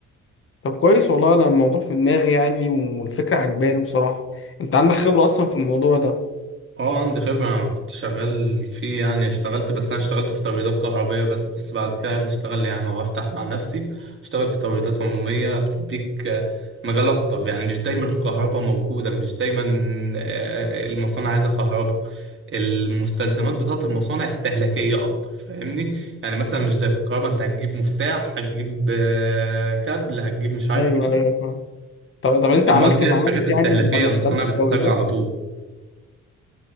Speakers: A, on the left (about 45°); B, on the right (about 40°).
A: طب كويس والله انا الموضوع في دماغي يعني والفكره عجباني بصراحه انت عندك خبره اصلا في الموضوع ده
B: اه عندي خبرة أنا كنت شغال فيه يعني اشتغلت بس أنا اشتغلت في توريدات كهربية بس بس بعد كده عايز اشتغل يعني وأفتح مع نفسي اشتغل في توريدات عمومية بتديك آه، مجال أكتر يعني مش دايما الكهرباء موجودة مش دايما آه، المصانع عايزة كهرباء المستلزمات بتاعة المصانع استهلاكية أكتر فاهمني يعني مثلا مش زي في الكهرباء أنت هتجيب مفتاح هتجيب آه، كابل هتجيب مش عارف
A: ايوه
B: إيه
A: ايوه فاهم طب طب انت
B: أمال
A: عملت
B: ديت
A: معارف
B: حاجات استهلاكية
A: يعني من لما
B: المصانع
A: اشتغلت في
B: بتحتاجها
A: التوريدات
B: على طول